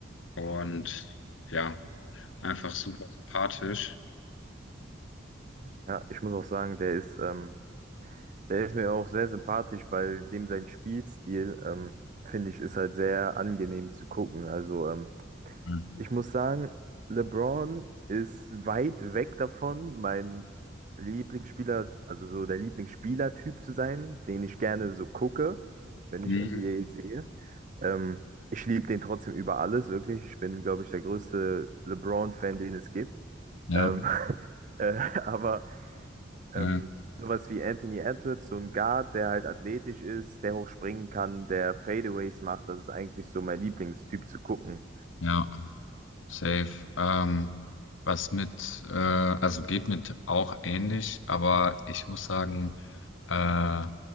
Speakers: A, on the left; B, on the right.
A: und ja, einfach super sympathisch.
B: ja, ich muss auch sagen, der ist ähm, Der ist mir auch sehr sympathisch, weil dem sein Spielstil, ähm, finde ich, ist halt sehr angenehm zu gucken. Also, ähm,
A: Mhm.
B: ich muss sagen, LeBron ist weit weg davon, mein Lieblingsspieler, also so der Lieblingsspielertyp zu sein, den ich gerne so gucke, wenn
A: Mhm.
B: ich NBA sehe. Ähm, ich liebe den trotzdem über alles, wirklich. Ich bin, glaube ich, der größte LeBron-Fan, den es gibt.
A: Ja,
B: Ähm, <laughs> äh, aber
A: ja,
B: ähm, sowas wie Anthony Edwards, so ein Guard, der halt athletisch ist, der hoch springen kann, der Fadeaways macht. Das ist eigentlich so mein Lieblingstyp zu gucken.
A: ja. Safe. Ähm, was mit, äh, also geht mit auch ähnlich, aber ich muss sagen, äh,